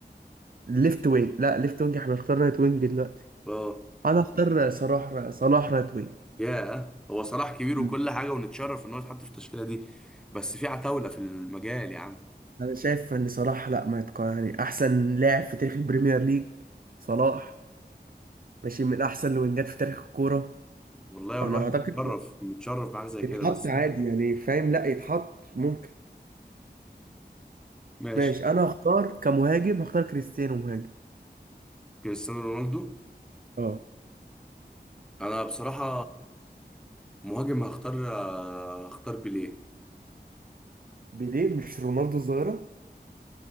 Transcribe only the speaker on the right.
ليفت وينج لا ليفت وينج احنا هنختار رايت وينج دلوقتي
انا هختار صلاح صلاح رايت وينج
مم.
انا شايف ان صلاح لا ما يتق... يعني احسن لاعب في تاريخ البريمير ليج صلاح ماشي من احسن الوينجات في تاريخ الكورة
فانا
اعتقد
يتحط
عادي يعني فاهم لا يتحط ممكن
ماشي انا هختار كمهاجم هختار كريستيانو مهاجم
اه
بيليه مش رونالدو الظاهرة